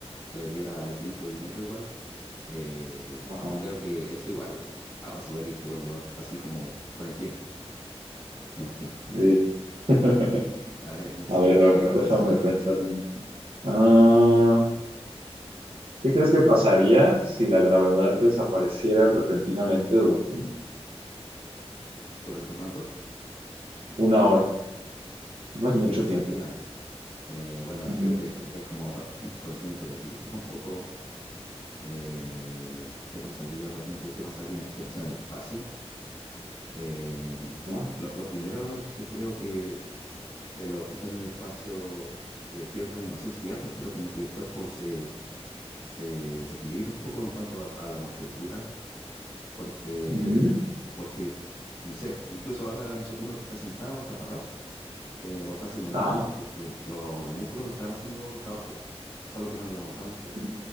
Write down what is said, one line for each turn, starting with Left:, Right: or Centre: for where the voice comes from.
Left: le diera infinito dinero igual, eh,
Right: Ajá.
Left: yo creo que eso igual apaciguaría un poco el dolor, así como con el tiempo, me imagino.
Right: Sí. <laughs>
Left: A ver, no sé
Right: A ver,
Left: si
Right: a
Left: tiene
Right: ver,
Left: otro
Right: déjame
Left: escenario,
Right: pensar en Ah, ¿qué crees que pasaría si la gravedad desapareciera repentinamente durante
Left: ¿durante cuánto?
Right: una hora? No
Left: ¿En
Right: es mucho
Left: qué pasaría?
Right: tiempo.
Left: Eh, bueno, aquí
Right: Ujú.
Left: habría que aplicar como lo- <laughs> conocimientos de física un poco. eh, ¿qué pasaría, por ejemplo, qué pasaría, qué pasa en el espacio? Eh,
Right: ¿No?
Left: lo, lo primero es que creo que eh, los que están en el espacio eh, pierden, no sé si pierden, pero como que el cuerpo se, se desequilibra un poco en cuanto a, a la musculatura, porque,
Right: Ujú.
Left: porque, no sé, incluso ahora no sé, uno que está sentado, está parado, eh, o está haciendo nada,
Right: Ajá.
Left: lo- lo- lo- los músculos están haciendo trabajo, solo que no lo notamos.
Right: Ujú.